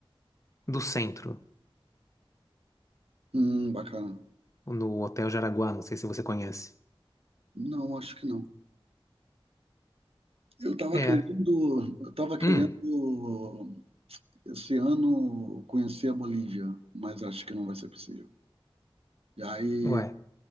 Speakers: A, on the left; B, on the right.
A: do centro,
B: Hum, bacana.
A: no Hotel Jaraguá, não sei se você conhece.
B: Não, acho que não. Eu tava
A: É.
B: querendo, eu tava querendo
A: Hum,
B: esse ano conhecer a Bolívia, mas acho que não vai ser possível. E aí
A: ué.